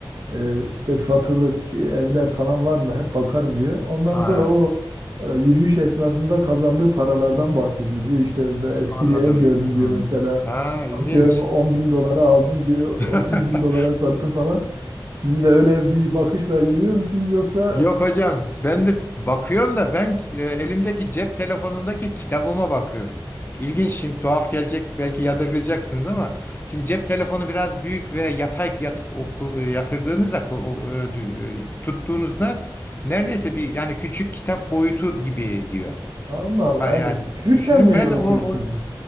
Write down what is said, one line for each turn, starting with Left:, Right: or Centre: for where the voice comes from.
Right: e, işte satılık e, evler falan var mı hep bakarım diyor. Ondan
Left: Ha,
Right: sonra o e, yürüyüş esnasında kazandığı paralardan bahsediyor diyor işte "Ben eski
Left: anladım.
Right: bir ev gördüm
Left: Hmm.
Right: diyor mesela
Left: Ha, ilginç.
Right: atıyorum on bin dolara aldım diyor
Left: <laughs>
Right: otuz bin dolara sattım falan. Sizi de öyle bir bakışla yürüyor musunuz yoksa
Left: Yok hocam
Right: <laughs>
Left: ben de bakıyorum da ben e, elimdeki cep telefonundaki kitabıma bakıyorum. İlginç şimdi tuhaf gelecek belki yadırgayacaksınız ama şimdi cep telefonu biraz büyük ve yatay yat, okul, yatırdığınızda ko- o, e, dü- e, tuttuğunuzda neredeyse bir yani küçük kitap boyutu gibi diyor.
Right: Allah Allah.
Left: Ha,
Right: Yani
Left: Yani
Right: yürürken
Left: düşünün
Right: mi
Left: ben
Right: okuyorsunuz?
Left: o, o-
Right: bu?